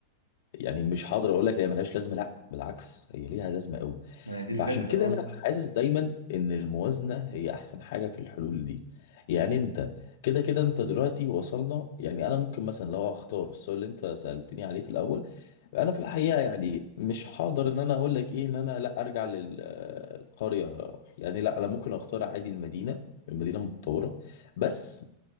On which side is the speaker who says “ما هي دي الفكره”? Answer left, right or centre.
Left